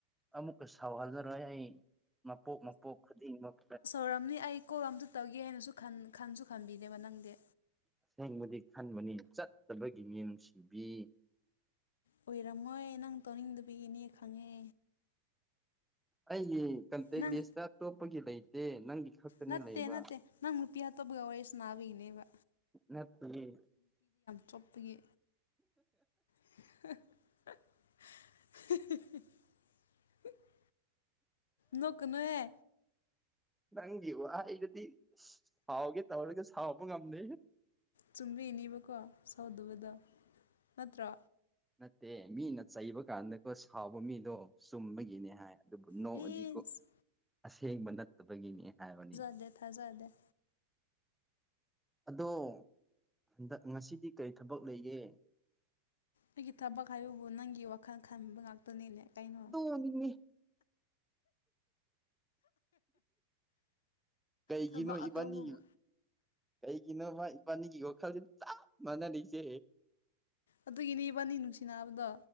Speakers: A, in the centre; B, on the left.
A: ꯑꯃꯨꯛꯀ ꯁꯥꯎꯍꯜꯂꯔꯣꯏ ꯑꯩ ꯃꯄꯣꯛ ꯃꯄꯣꯛ ꯈꯨꯗꯤꯡꯃꯛ
B: ꯔꯝꯅꯤ ꯑꯩ ꯁ꯭ꯀꯣꯜ ꯑꯝꯇ ꯇꯧꯒꯦ ꯍꯥꯏꯅꯁꯨ ꯈꯟꯁꯨ ꯈꯟꯕꯤꯅꯦꯦꯕ ꯅꯪꯗꯤ
A: ꯑꯁꯦꯡꯕꯗꯤ ꯈꯟꯕꯅꯤ ꯆꯠꯇꯕꯒꯤ ꯃꯤꯡꯅꯨꯡꯁꯤꯕꯤ
B: ꯑꯣꯏꯔꯝꯃꯣꯏ ꯅꯪ ꯇꯧꯅꯤꯡꯗꯕꯤꯒꯤꯅꯦ ꯈꯪꯉꯦ
A: ꯑꯩꯒꯤ ꯀꯟꯇꯦꯛ
B: ꯅꯪ
A: ꯂꯤꯁꯇ ꯑꯇꯣꯞꯄꯒꯤ ꯂꯩꯇꯦ ꯅꯪꯒꯤ ꯈꯛꯇꯅꯤ
B: ꯅꯠꯇꯦ
A: ꯂꯩꯕ
B: ꯅꯠꯇꯦ ꯅꯪ ꯔꯨꯄꯤꯤ ꯍꯥ ꯇꯣꯕꯒ ꯑꯣꯏꯣꯏꯁꯅꯥꯕ ꯏꯅꯦꯕ
A: ꯅꯠꯇꯤꯌꯦ
B: ꯆꯣꯞꯄꯒꯤ <unintelligible> ꯅꯣꯀꯅꯍꯦ
A: ꯅꯪꯒꯤ ꯋꯥꯍꯩꯗꯨꯗꯤ ꯁꯥꯎꯒꯦ ꯇꯧꯔꯒ ꯁꯥꯎꯕ ꯉꯝꯗꯦꯍꯦ
B: ꯇꯨꯝꯕꯤꯅꯤꯕꯀꯣ ꯁꯥꯎꯗꯨꯕꯗ ꯅꯠꯇ꯭ꯔ
A: ꯅꯠꯇꯦ ꯃꯤꯅ ꯆꯩꯕ ꯀꯥꯟꯗꯀꯣ ꯁꯥꯎꯕ ꯃꯤꯗꯣ ꯆꯨꯝꯕꯒꯤꯅꯦ ꯍꯥꯏ ꯑꯗꯨꯕꯨ ꯅꯣꯡꯑꯗꯤ
B: ꯄ꯭ꯂꯤꯁ
A: ꯑꯁꯦꯡꯕ ꯅꯠꯇꯕꯒꯤꯅꯤ ꯍꯥꯏꯕꯅꯤ
B: ꯗꯦ ꯊꯖꯗꯦ
A: ꯑꯗꯣ ꯍꯟꯗꯛ ꯉꯁꯤꯗꯤ ꯀꯔꯤ ꯊꯕꯛ ꯂꯩꯒꯦ
B: ꯑꯩꯒꯤ ꯊꯕꯛ ꯍꯥꯏꯕꯕꯨ ꯅꯪꯒꯤ ꯋꯥꯈꯜ ꯈꯟꯕ ꯉꯥꯛꯇꯅꯤꯅꯦ ꯀꯩꯅꯣ
A: ꯅꯦ ꯀꯩꯒꯤꯅꯣ
B: ꯊꯕꯛ ꯑꯇꯧꯕꯕꯨ
A: ꯏꯕꯅꯤ ꯀꯩꯒꯤꯅꯣ ꯃꯥ ꯏꯄꯥꯅꯤꯒꯤꯒ ꯋꯥꯈꯜꯁꯦ ꯆꯞ ꯃꯥꯟꯅꯔꯤꯁꯦ
B: ꯑꯗꯨꯒꯤꯅꯦ ꯏꯕꯥꯅꯤ ꯅꯨꯡꯁꯤꯅꯕꯗꯣ